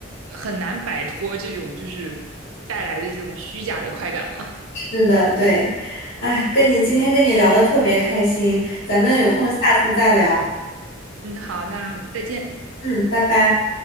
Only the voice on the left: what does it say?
是的，对，哎，跟你今天跟你聊的特别开心，咱们有空下次再聊，
嗯，拜拜。